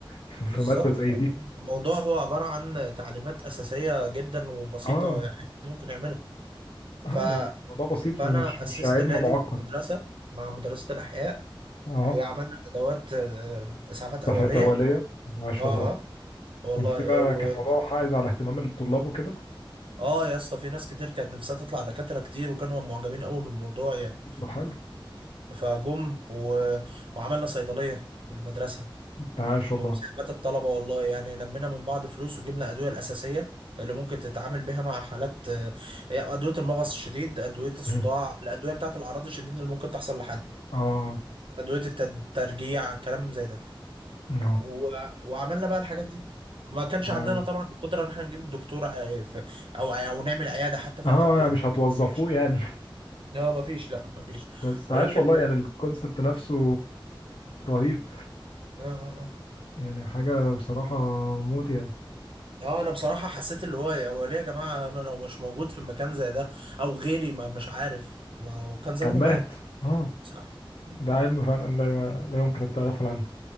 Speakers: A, on the left; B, on the right.
A: في
B: بالظبط
A: في مادة زي
B: آه.
A: دي
B: الموضوع هو عبارة عن تعليمات أساسية جدا وبسيطة
A: اه
B: يعني أنت ممكن يعملها ف...
A: اه لأن الموضوع بسيط
B: فأنا
A: ومش مش
B: أسست
A: علم
B: نادي
A: معقد
B: في المدرسة مع مدرسة الأحياء
A: اه
B: وعملنا أدوات آه، إسعافات أولية
A: سفاتة أولية عاش
B: أه
A: والله
B: آه. والله
A: كان في بقى
B: آه، و...
A: كان موضوع حائز على اهتمام الطلاب وكده
B: اه يا اسطى في ناس كتير كانت نفسها تطلع دكاترة كتير وكانوا معجبين قوي بالموضوع يعني
A: ده حلو
B: فجم و... وعملنا صيدلية في المدرسة
A: ده عاش
B: بمساهمة
A: والله
B: الطلبة والله يعني لمينا من بعض فلوس وجبنا الأدوية الأساسية اللي ممكن تتعامل بيها مع حالات آه، أدوية المغص الشديد أدوية الصداع
A: مم.
B: الأدوية بتاعة الأعراض الشديدة اللي ممكن تحصل لحد
A: اه
B: أدوية الترجيع كلام زي ده
A: اه
B: و... وعملنا بقى الحاجات دي ما كانش
A: ده-
B: عندنا طبعا القدرة إن احنا نجيب دكتور آه، ف- أو أو نعمل عيادة حتى فيها
A: اه
B: تمريض
A: يعني مش هتوظفوه
B: مفيش
A: يعني
B: لا مفيش لا مفيش
A: <laughs> بس
B: ولكن
A: عاش والله يعني الكونسبت نفسه رهيب
B: آه، آه، آه.
A: يعني حاجة بصراحة موت يعني
B: اه انا بصراحة حسيت اللي هو هو ليه يا جماعة انا لو مش موجود في مكان زي ده او غيري ما مش عارف ما هو كان زمانه
A: كان مات
B: مات
A: اه
B: صح م-
A: ده علم فعلا لا, لا يمكن التغافل عنه